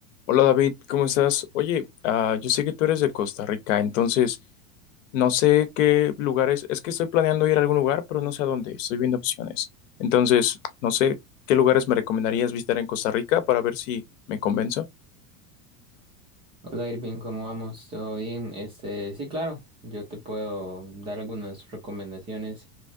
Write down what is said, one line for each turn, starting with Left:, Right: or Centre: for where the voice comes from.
Left: Hola David, ¿cómo estás? Oye, ah, yo sé que tú eres de Costa Rica, entonces no sé qué lugares, es que estoy planeando ir a algún lugar, pero no sé a dónde, estoy viendo opciones. Entonces, no sé qué lugares me recomendarías visitar en Costa Rica para ver si me convenzo.
Right: Hola Irving, ¿cómo vamos? ¿Todo bien? Este, sí, claro, yo te puedo dar algunas recomendaciones.